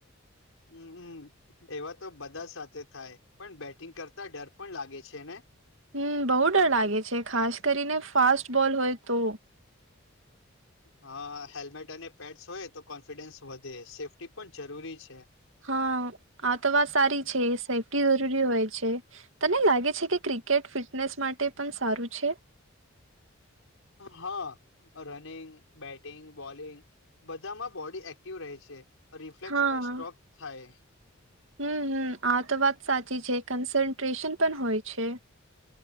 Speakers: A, on the left; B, on the right.
A: હમ હમ એવા તો બધા સાથે થાય પણ બેટિંગ કરતા ડર પણ લાગે છે ને
B: હમ બહુ ડર લાગે છે ખાસ કરીને ફાસ્ટ બોલ હોય તો
A: હા હેલ્મેટ અને પેડ્સ હોય તો કોન્ફિડન્સ વધે સેફ્ટી પણ જરૂરી છે.
B: હા આ તો વાત સારી છે સેફ્ટી જરૂરી હોય છે. તને લાગે છે કે ક્રિકેટ ફિટનેસ માટે પણ સારું છે.
A: હા રનિંગ બેટિંગ બોલિંગ બધામાં બોડી એક્ટિવ રહે છે રિફ્લેક્સ
B: હા.
A: પણ સ્ટ્રોક થાય
B: હમ હમ આ તો વાત સાચી છે કન્સન્ટ્રેશન પણ હોય છે.